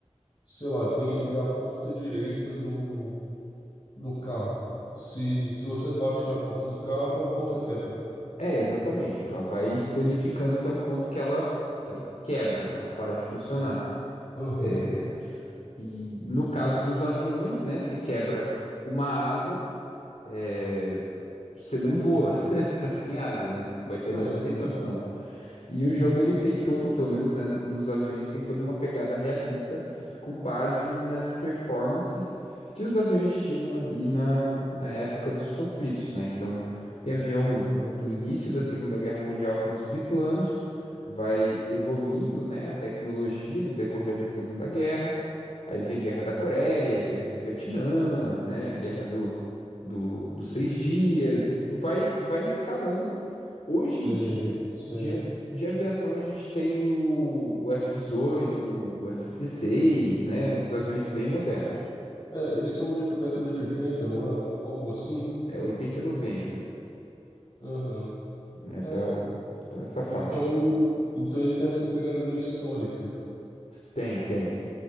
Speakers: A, on the left; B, on the left.
A: sei lá, tem ali a porta direita do, do carro. Se, se você bate na porta do carro, a porta quebra.
B: É, exatamente, ela vai danificando até um ponto que ela, que ela quebra, né? Ela para de funcionar.
A: Aham.
B: É, e no caso dos aviões, né, se quebra uma asa, é, você não voa, <laughs> tá sem asa, né? Não Vai ter
A: É,
B: mais sustentação.
A: justo,
B: E o jogo
A: justo.
B: ele tem todo, pelo menos, né, nos aviões tem toda uma pegada realista com base nas performances que os aviões tinham ali na, na época dos conflitos, né? Então, tem avião
A: Ah,
B: do início da Segunda Guerra Mundial com os biplanos, vai evoluindo, né, a tecnologia no decorrer da Segunda Guerra. Aí vem Guerra da Coreia, Guerra do Vietnã, né? Guerra do, do, dos seis dias, e vai, vai escalando. Hoje em
A: sei,
B: dia,
A: sei.
B: de, de aviação, a gente tem o, o F-18, o F-16, né? Os aviões bem modernos.
A: É, eles são tipo década de 80 não é? Al- Algo assim?
B: É oitenta noventa
A: Aham.
B: né?
A: É,
B: Tá,
A: o-
B: tá nessa faixa.
A: então, então ele tem essa pegada meio histórica.
B: Tem, tem.